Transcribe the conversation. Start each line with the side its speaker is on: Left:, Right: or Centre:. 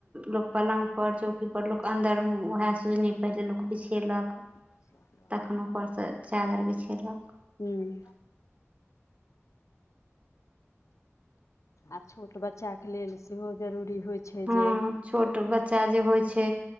Right: लोक पलङ्गपर चौकीपर लोक अन्दरमे उएह सुजनी पहिले लोक बिछेलक
Left: जाद <inaudible>
Right: तखन ऊपरसँ चादरि बिछेलक
Left: हूंम्म आ छोट बच्चाके लेल सेहो जरूरी होइत छै
Right: हँ
Left: जे
Right: छोट बच्चा जे होय छै